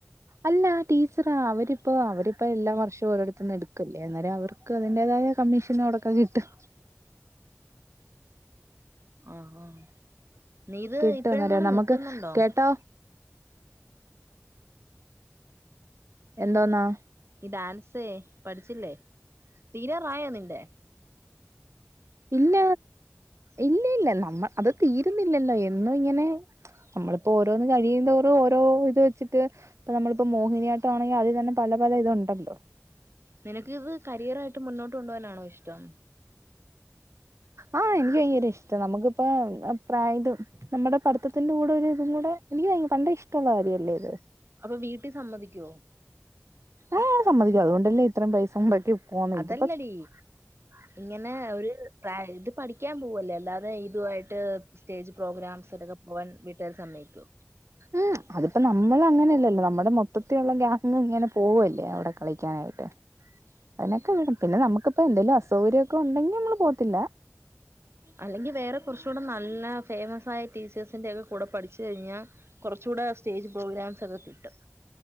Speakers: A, on the right (about 80°); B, on the right (about 60°).
A: അല്ല ടീച്ചറാ അവരിപ്പോ അവരിപ്പോ എല്ലാ വർഷവും ഓരോട്ത്ത്ന്ന് എടുക്കല്ലേ അന്നേരം അവർ. ക്കഅതിന്റേതായ കമ്മീഷൻ അവ്ടൊക്കെ കിട്ടും.
B: ആഹ് ആഹ് നീഇത്
A: കിട്ടും
B: ഇപ്പോഴെങ്ങാനും
A: അന്നേരം നമുക്ക്
B: നിർത്തുന്നുണ്ടോ?
A: കേട്ടോ എന്തോന്നാ
B: ഈ ഡാൻസേ പഠിച്ചില്ലേ തീരാറായോ നിന്റെ?
A: ഇല്ല ഇല്ലഇല്ല നമ്മ അത് തീരുന്നില്ലല്ലോ എന്നും ഇങ്ങനെ. നമ്മളിപ്പോ ഓരോന്ന് കഴിയുന്തോറും ഓരോ ഇത് വെച്ചിട്ട്. ഇപ്പ നമ്മളിപ്പോ മോഹിനിയാട്ടാണെങ്കി അതി തന്നെ പല പല ഇതുണ്ടല്ലോ.
B: നിനക്കിത് കരിയറായിട്ട് മുന്നോട്ട് കൊണ്ടപോവാനാണോ ഇഷ്ട്ടം.
A: ആഹ് ഇൻക്ക് ഭയങ്കര ഇഷ്ട്ടാ നമുക്കിപ്പൊ ഹ് പ്രായ്ത്. നമ്മുടെ പഠിത്തത്തിന്റെ കൂടെ ഒര്തും കൂടെ എനിക്ക് ഭയങ്ക പണ്ടെ ഇഷ്ട്ടുള്ള കാര്യല്ലേ ഇത്.
B: അപ്പൊ വീട്ടി സമ്മതിക്കോ?
A: ആഹ് സമ്മതിക്കും അതുകൊണ്ടല്ലേ ഇത്രയും പൈസ മൊടക്കി പോന്നെ
B: അതല്ലടി
A: ഇതിപ്പൊ.
B: ഇങ്ങനെ ഒരു <unintelligible> ഇത് പഠിക്കാൻ പോവല്ലേ അല്ലാതെ ഇതു ആയിട്ട്. സ്റ്റേജ് പ്രോഗ്രാംസ് ലൊക്കെ പോവാൻ വീട്ടാര് സമ്മൈക്കോ?
A: ഏഹ് അതിപ്പോ നമ്മൾ അങ്ങനെയല്ലല്ലോ നമ്മുടെ മൊത്തത്തിലുള്ള ഗാങ്ങ് ഇങ്ങനെ പോവല്ലേ അവിടെ കളി. ക്കാളിക്കാനായിട്ട്. അയ്നൊക്കെ വിടും പിന്നെ നമുക്കിപ്പോ എന്തേലും അസൗകര്യക്കെ ഉണ്ടെങ്കി നമ്മള് പോവത്തില്ല.
B: അല്ലെങ്കി വേറെ കൊർച്ചൂടെ നല്ല ഫേമസ് ആയ ടീച്ചേഴ്സിന്റെ ഒക്കെ കൂടെ പഠിച്ചു കൈഞ്ഞാ. കൊർച്ചൂടെ സ്റ്റേജ് പ്രോഗ്രാംസ് ഒക്കെ കിട്ടും.